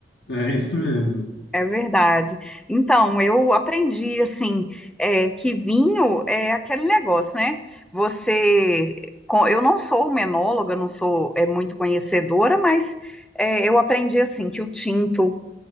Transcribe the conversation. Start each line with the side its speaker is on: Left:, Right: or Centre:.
Left: É isso mesmo.
Centre: É verdade. Então, eu aprendi assim, é, que vinho é aquele negócio, né? Você, com- eu não sou menóloga, não sou é, muito conhecedora, mas é, eu aprendi assim que o tinto